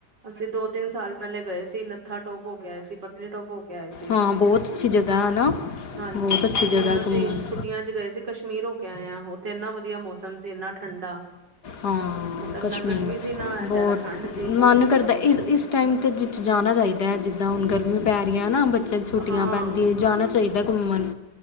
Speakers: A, on the right; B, on the left.
A: ਅਸੀ ਦੋ ਤਿਨ ਸਾਲ ਪਹਿਲੇ ਗਏ ਸੀ ਨੱਥਾ ਟੋਪ ਹੋ ਕੇ ਆਏ ਸੀ। ਟੋਪ ਹੋ ਕੇ ਆਏ ਸੀ
B: ਹਾਂ ਬਹੁਤ ਅੱਛੀ ਜਗ੍ਹਾ ਹੈ ਨਾ
A: ਹਾਂਜੀ
B: ਬਹੁਤ
A: ਜੀ
B: ਅੱਛੀ
A: ਤੇ
B: ਜਗ੍ਹਾ
A: ਹੁਣ
B: ਹੈ
A: ਅਸੀ
B: ਘੁੰਮਣ
A: ਛੁੱਟੀਆਂ 'ਚ ਗਏ ਸੀ। ਕਸ਼ਮੀਰ ਹੋ ਕੇ ਆਏ ਆਾ ਉਥੇ ਇਨਾ ਵਧੀਆ ਮੌਸਮ ਸੀ ਇਨਾ ਠੰਡਾ
B: ਹਾਂ
A: ਮਤਲਬ
B: ਕਸ਼ਮੀਰ
A: ਨਾ ਗਰਮੀ ਸੀ ਨਾ ਜ਼ਿਆਦਾ
B: ਬਹੁਤ
A: ਠੰਡ ਸੀ ਬਹੁਤ
B: ਮਨ
A: ਵਧੀਆ
B: ਕਰਦਾ
A: ਮੌਸਮ
B: ਇਸ
A: ਸੀ
B: ਇਸ ਟਾਈਮ ਤੇ ਜਾਣਾ ਚਾਹੀਦਾ ਹੈ। ਜਿਦਾਂ ਹੁਣ ਗਰਮੀ ਪੈ ਰਹੀਆ ਨਾ ਬੱਚੇ ਛੁੱਟੀਆਂ
A: ਹਾਂ
B: ਪੈਂਦੀਆਂ ਜਾਣਾ ਚਾਹੀਦਾ ਘੁੰਮਣ